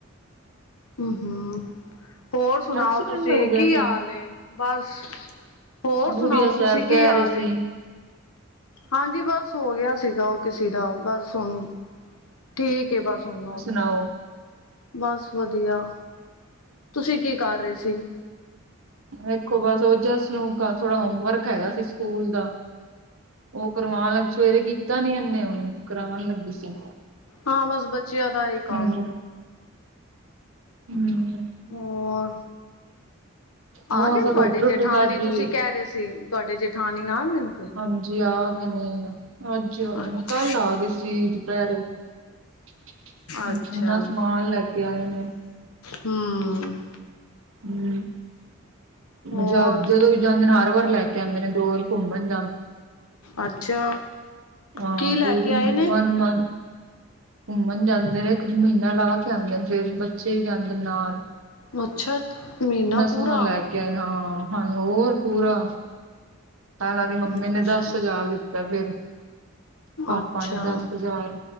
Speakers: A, on the left (about 85°); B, on the right (about 70°).
A: ਹਮ -ਹਮ। ਹੋਰ ਸੁਣਾਓ
B: ਐਕਸੀਡੈਂਟ
A: ਤੁਸੀਂ
B: ਹੋ ਗਿਆ
A: ਕੀ
B: ਸੀ
A: ਹਾਲ ਏ? ਬਸ। ਹੋਰ
B: ਬੁੜੀਆ
A: ਸੁਣਾਓ
B: ਸਾਹਿਬ
A: ਤੁਸੀਂ ਕੀ
B: ਕਹਿ
A: ਹਾਲ
B: ਰਹੇ ਸੀ
A: ਏ? ਹਾਂਜੀ। ਬਸ ਹੋ ਗਿਆ ਸੀਗਾ ਉਹ ਕਿਸੇ ਦਾ। ਬਸ ਹੁਣੂੰ ਠੀਕ ਏ ਬਸ ਹੁਨੂੰਹੋ।
B: ਨਾ।
A: ਬਸ ਵਧੀਆ। ਤੁਸੀਂ ਕੀ ਕਰ ਰਹੇ ਸੀ?
B: ਵੇਖੋ ਬਸ ਉਹ ਜਸ ਨੂੰ ਥੋੜਾ ਹੋਮਵਰਕ ਹੈਗਾ ਸੀ ਸਕੂਲ ਦਾ। ਉਹ ਕਰਵਾਉਣ ਲੱਗੀ ਸਵੇਰੇ ਕੀਤਾ ਨੀ ਇਹਨੇ ਉਹਨੂੰ ਕਰਾਉਣ ਲੱਗੀ ਸੀ।
A: ਹਾਂ, ਬਸ ਬੱਚਿਆਂ ਦਾ ਹੀ ਕੰਮ
B: ਹਮ ਹਮ।
A: ਹੋਰ। ਆ
B: ਬਸ
A: ਗਏ ਤੁਹਾਡੇ
B: ਰੋਟੀ ਰੋਟੀ
A: ਜੇਠਾਨੀ
B: ਖਾਧੀ
A: ਤੁਸੀਂ ਕਹਿ ਰਹੇ ਸੀ ਤੁਹਾਡੇ ਜੇਠਾਨੀ ਆ ਗਏ ਫਿਰ।
B: ਹਾਂਜੀ ਆ ਗਏ ਨੇ। ਅੱਜ
A: ਅੱਛਾ
B: ਕੱਲ ਆ ਗਏ ਸੀ ਦੁਪਹਿਰੇ ਕਿਨਾ
A: ਅੱਛਾ
B: ਸਮਾਨ ਲੈ ਕੇ ਆਏ ਨੇ।
A: ਹਮ।
B: ਹਮ
A: ਹੋਰ।
B: ਜਦੋਂ ਵੀ ਜਾਂਦੇ ਨੇ ਹਰ ਵਾਰ ਲੈ ਕੇ ਆਉਂਦੇ ਨੇ ਦੋ ਵਾਰ ਘੁੰਮਣ
A: ਅੱਛਾ।
B: ਹਾਂ
A: ਕੀ ਲੈ
B: ਪੂਰੀ
A: ਕੇ ਆਏ ਨੇ
B: ਵਨ ਮ ਘੁੰਮਣ ਜਾਂਦੇ ਨੇ ਇੱਕ ਮਹੀਨਾ ਲਾ ਕੇ ਆਉਂਦੇ ਨੇ ਫਿਰ ਬੱਚੇ ਵੀ ਜਾਂਦੇ ਨਾਲ।
A: ਅੱਛਾ ਮਹੀਨਾ
B: ਕਿੰਨਾ
A: ਪੂਰਾ
B: ਸੋਹਣਾ ਲੈ ਕੇ ਆ ਹਾਂ ਹਾਂਜੀ ਹੋਰ ਪੂਰਾ ਤਾਂ ਨਾਲ ਦੀ ਮੰਮੀ
A: ਅੱਛਾ
B: ਨੇ ਦੱਸ ਹਜ਼ਾਰ ਦਿੱਤਾ ਫਿਰ। ਪਾਪਾ
A: ਅੱਛਾ
B: ਨੇ ਦਸ ਹਜ਼ਾਰ